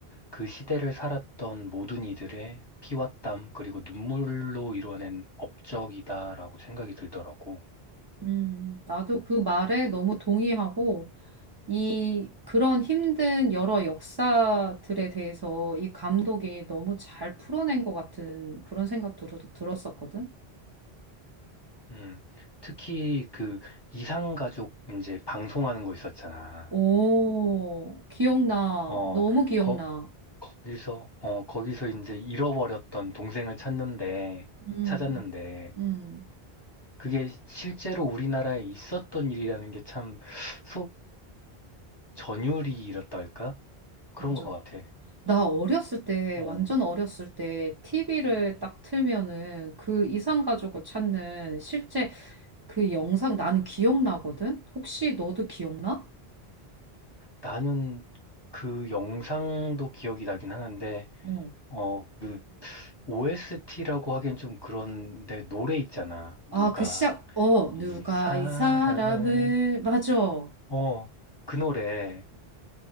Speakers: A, on the left; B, on the right.
A: 그 시대를 살았던 모든 이들의 피와 땀, 그리고 눈물로 이루어낸 업적이다라고 생각이 들더라고.
B: 음, 나도 그 말에 너무 동의하고 이 그런 힘든 여러 역사들에 대해서 이 감독이 너무 잘 풀어낸 것 같은 그런 생각도 들- 들었었거든.
A: 음, 특히 그 이상가족 이제 방송하는 거 있었잖아.
B: 오, 기억나.
A: 어,
B: 너무 기억나.
A: 거, 거기서, 어, 거기서 이제 잃어버렸던 동생을 찾는데,
B: 음,
A: 찾았는데,
B: 음.
A: 그게 실제로 우리나라에 있었던 일이라는 게 참, 소, 전율이 이렇다 할까? 그런
B: 맞아.
A: 것 같아.
B: 나 어렸을 때,
A: 어.
B: 완전 어렸을 때, TV를 딱 틀면은 그 이상가족을 찾는 실제 그 영상 나는 기억나거든? 혹시 너도 기억나?
A: 나는 그 영상도 기억이 나긴 하는데,
B: 어.
A: 어, OST라고 하기엔 좀 그런데 노래 있잖아. 누가
B: 아, 그 시작, 어,
A: 이
B: 누가
A: 사람을,
B: 이 사람을, 맞아. 어.
A: 어, 그 노래